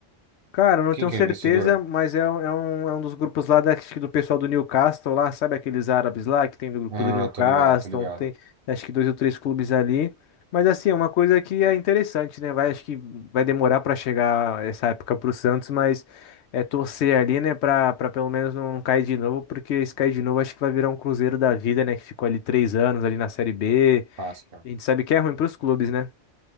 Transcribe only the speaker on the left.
Cara, eu não
tenho
certeza,
mas é, um, é um é um dos grupos lá da, acho que do pessoal do Newcastle lá, sabe aqueles árabes lá que tem do grupo
do Newcastle,
tem acho que dois ou três clubes ali. Mas assim, é uma coisa que é interessante, né? Vai, acho que vai demorar para chegar essa época pro Santos, mas é torcer ali, né, para para pelo menos não, não cair de novo, porque se cair de novo acho que vai virar um Cruzeiro da vida, né, que ficou ali três anos ali na Série B.
A gente sabe que é ruim pros clubes, né?